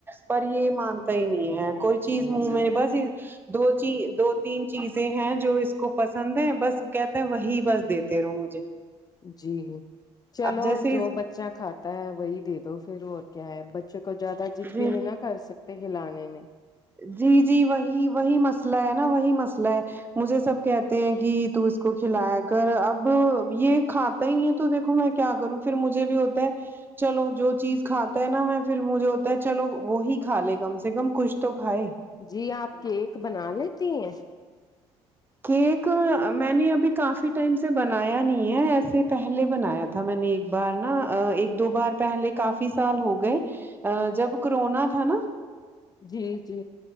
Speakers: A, on the right; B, on the left.
A: پر یہ مانتا ہی نہیں ہے کوئی چیز منہ میں بس یہ دو چیز دو تین چیزیں ہیں جو اس کو پسند ہے بس کہتا ہے وہی بس دیتے رہو مجھے
B: جی چلو
A: اب جیسے
B: جو
A: اس
B: بچہ کھاتا ہے وہی دے دو پھر اور کیا ہے بچے کو زیادہ جد
A: جی
B: بھی نہیں نہ کر سکتے ہلانے میں
A: جی جی وہی وہی مسئلہ ہے نا وہی مسئلہ ہے مجھے سب کہتے ہیں کہ تو اس کو کھلایا کر اب یہ کھات تا ہی نہیں تو دیکھو میں کیا کروں پھر مجھے بھی ہوتا ہے چلو جو چیز کھاتا ہے نا میں پھر مجھے ہوتا ہے چلو وہی کا لے کم سے کم کش تو کھائے
B: جی آپ کیک بنا لیتی ہیں
A: کیک میں نے ابھی کافی ٹائم سے بنایا نہیں ہے ایسے پہلے بنایا تھا میں نے ایک بار نا ایک دو بار پہلے کافی سال ہو گئے جب کرونا تھا نا
B: جی جی